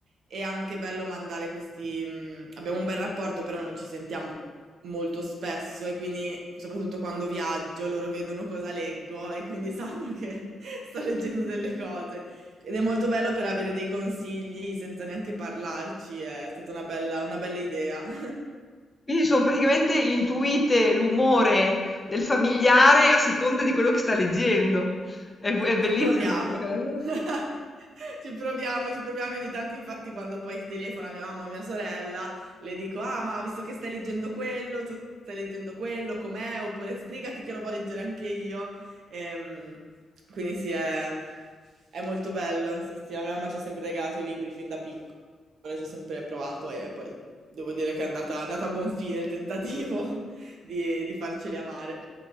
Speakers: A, on the right; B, on the left.
A: È anche bello mandare questi... mh, abbiamo un bel rapporto, però non ci sentiamo molto spesso e quindi soprattutto quando viaggio loro vedono cosa leggo e quindi sanno che <laughs> sto leggendo delle cose. Ed è molto bello per avere dei consigli senza neanche parlarci, è stata una bella una bella idea. <laughs>
B: Quindi sono praticamente intuite l'umore del familiare a seconda di quello che sta leggendo. È, bu- è bellissima
A: Ci proviamo.
B: questa cosa.
A: <laughs> Ci proviamo, ci proviamo e ogni tanto infatti quando poi telefona mia mamma o mia sorella, le dico: "Ah, ma ho visto che stai leggendo quello, tu stai leggendo quello, com'è?" Oppure: "Sbrigati che lo voglio leggere anche io". Ehm, quindi sì, è è molto bello. Sì, sì, la mia mamma ci ha sempre regalato i libri fin da piccola. Ci ho sempre provato e poi devo dire che è andata è andata a buon fine il tentativo <laughs> di di farceli amare.